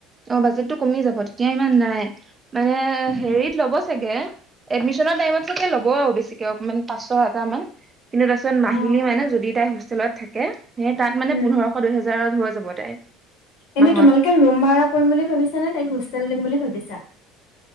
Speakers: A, on the right; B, on the left.
A: অ' বাজেটটো কমি যাব তেতিয়া ইমান নাই মানে
B: উম
A: হেৰিত ল'ব চাগে। এডমিশ্যন টাইমত চাগে ল'ব আৰু বেছিকে অকণমান পঞ্চাছ হাজাৰ মান কিন্তু তাৰপিছত মাহিলী
B: অ
A: মানে যদি তাই হোষ্টেলত থাকে সেই তাত মানে
B: উম
A: পোন্ধৰশ দুইহেজাৰ ৰত হৈ যাব তাই।
B: এনেই
A: মাহত।
B: তোমালোকে ৰুম ভাড়া কৰিম বুলি ভাবিছা নে তাইক হোষ্টেল দিম বুলি ভাবিছা।